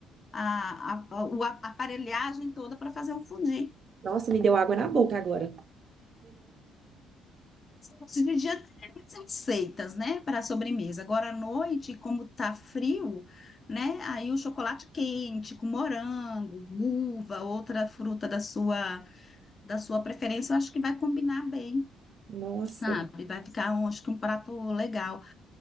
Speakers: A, on the left; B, on the right.
A: a, a, o a- aparelhagem toda para fazer o fondue.
B: Nossa, me deu água na boca agora.
A: Se fosse de dia, teria mais receitas, né, para a sobremesa. Agora à noite, como tá frio, né, aí o chocolate quente com morango, uva, outra fruta da sua, da sua preferência, eu acho que vai combinar bem,
B: Nossa.
A: sabe? Vai ficar, um, acho que um prato legal.